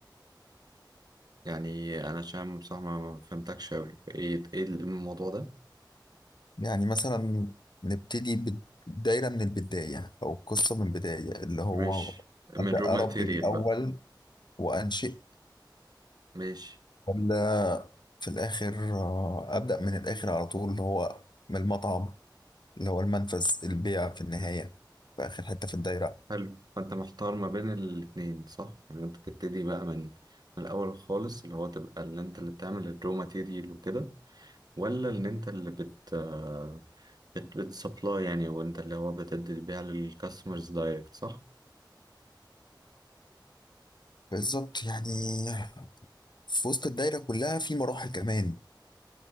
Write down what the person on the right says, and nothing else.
يعني انا عشان بصراحة ما ما فهمتكش اوي ايه ايه الموضوع ده
مش من
رو ماتيريال
بقى
ماشي
حلو فانت محتار ما بين الاتنين صح يعني انت تبتدي بقى من من الاول خالص اللي هو تبقى اللي انت اللي بتعمل الرو ماتيريال وكده ولا ان انت اللي بت آه، بت بتسبلاي يعني وانت اللي هو بتدي بيها للكاستمرز دايركت صح؟